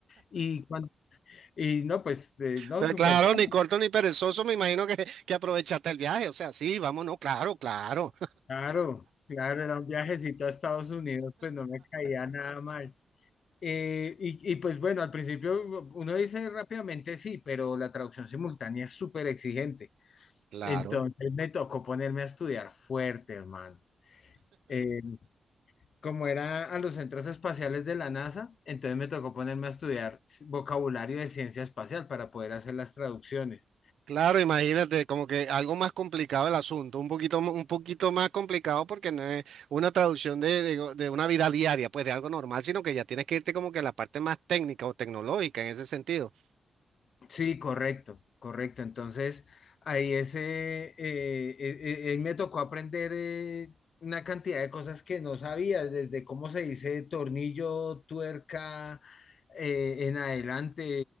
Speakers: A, on the left; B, on the right.
A: Y, cuan- y no, pues eh, no,
B: Pero
A: súper
B: claro,
A: fácil.
B: ni corto ni perezoso, me imagino que, que aprovechaste el viaje. O sea, sí, vámonos, claro, claro,
A: Claro, claro, era un viajecito a Estados Unidos, pues no me caía nada mal. Eh, y, y, pues bueno, al principio uno dice rápidamente sí, pero la traducción simultánea es súper exigente.
B: <laughs> claro.
A: Entonces me tocó ponerme a estudiar fuerte, hermano. Eh, como era a los centros espaciales de la NASA, entonces me tocó ponerme a estudiar vocabulario de ciencia espacial para poder hacer las traducciones.
B: Claro, imagínate, como que algo más complicado el asunto, un poquito, m- un poquito más complicado porque no es una traducción de, de go- de una vida diaria, pues de algo normal, sino que ya tienes que irte como que a la parte más técnica o tecnológica en ese sentido.
A: Sí, correcto, correcto. Entonces, ahí ese, eh, eh, eh, eh, me tocó aprender eh, una cantidad de cosas que no sabía, desde cómo se dice tornillo, tuerca, eh, en adelante,